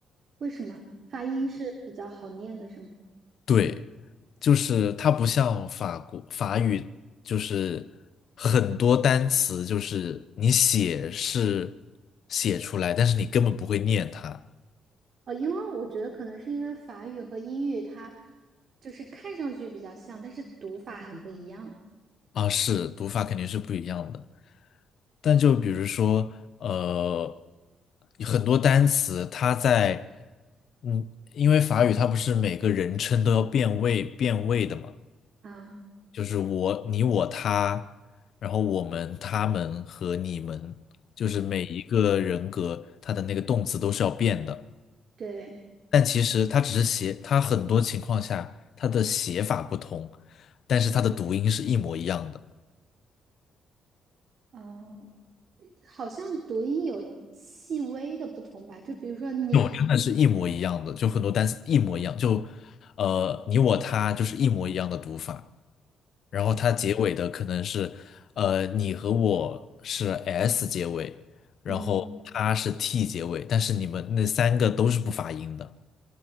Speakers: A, on the right; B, on the left.
A: 为什么发音是比较好念的，是吗？
B: 对，就是它不像法国法语，就是很多单词，就是你写是写出来，但是你根本不会念它。
A: 哦，因为我觉得可能是因为法语和英语它就是看上去比较像，但是读法很不一样
B: 啊，是读法肯定是不一样的。但就比如说，呃，很多单词它在，嗯，因为法语它不是每个人称都要变位变位的嘛，
A: 啊。
B: 就是我、你、我、他，然后我们、他们和你们，就是每一个人格它的那个动词都是要变的。
A: 对，
B: 但其实它只是写，它很多情况下它的写法不同，但是它的读音是一模一样的。
A: 哦，好像读音有细微的不同吧？就比如说你，
B: 他们是一模一样的，就很多单词一模一样，就呃你我他就是一模一样的读法，然后它结尾的可能是呃你和我是 s 结尾，然后他是
A: 嗯，
B: t 结尾，但是你们那三个都是不发音的，